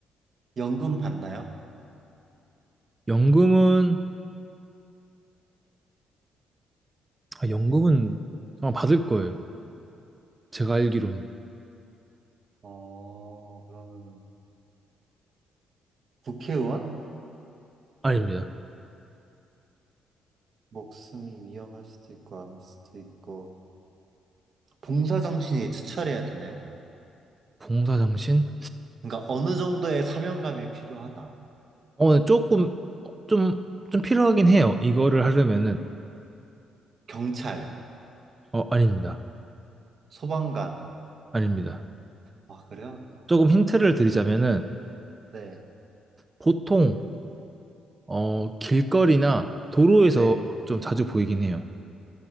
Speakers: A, on the right; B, on the right.
A: 연금 받나요?
B: 연금은 아, 연금은 아마 받을 거예요. 제가 알기로는
A: 어, 그러면은, 국회의원?
B: 아닙니다.
A: 목숨이 위험할 수도 있고 아닐 수도 있고 봉사 정신이 투철해야 되나요?
B: 봉사 정신?
A: 그러니까 어느 정도의 사명감이 필요하다.
B: 어, 네, 조금 어, 좀좀 필요하긴 해요. 이거를 하려면은
A: 경찰,
B: 어, 아닙니다.
A: 소방관.
B: 아닙니다.
A: 아, 그래요?
B: 조금 힌트를 드리자면은
A: 네.
B: 보통 어, 길거리나 도로에서
A: 네.
B: 좀 자주 보이긴 해요.